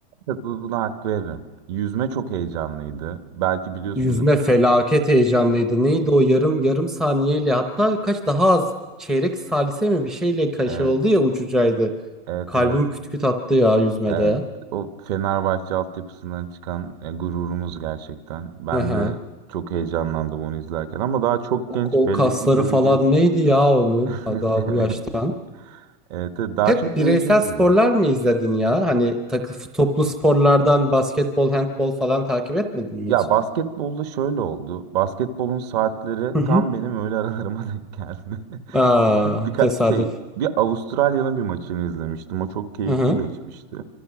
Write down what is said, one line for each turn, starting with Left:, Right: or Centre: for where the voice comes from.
Right: Evet, bu- Buna hak veririm. Yüzme çok heyecanlıydı. Belki biliyorsundur.
Centre: Yüzme felaket heyecanlıydı. Neydi o yarım yarım saniyeyle hatta kaç daha az çeyrek salise mi bir şeyle kaşe
Right: Evet.
Centre: oldu ya ucucaydı.
Right: Evet
Centre: Kalbim
Right: evet.
Centre: küt küt attı ya yüzmede.
Right: Evet. O Fenerbahçe altyapısından çıkan e, gururumuz gerçekten. Ben
Centre: Hı hı.
Right: de çok heyecanlandım onu izlerken ama daha çok
Centre: O
Right: genç
Centre: kol
Right: belli
Centre: kasları
Right: ki göreceğiz.
Centre: falan neydi ya onun
Right: <laughs>
Centre: daha bu yaştan.
Right: Evet, evet, daha
Centre: Hep
Right: çok
Centre: bireysel
Right: göreceğiz
Centre: sporlar
Right: gibi.
Centre: mı izledin ya? Hani takı toplu sporlardan basketbol, handbol falan takip etmedin
Right: Ya
Centre: mi hiç?
Right: basketbolda şöyle oldu. Basketbolun saatleri
Centre: Hı hı.
Right: tam benim öğle <laughs> aralarıma denk geldi. <laughs>
Centre: Aa,
Right: Bir, Birka
Centre: tesadüf.
Right: şey bir Avustralya'nın bir maçını izlemiştim. O çok keyifli
Centre: Hı hı.
Right: geçmişti.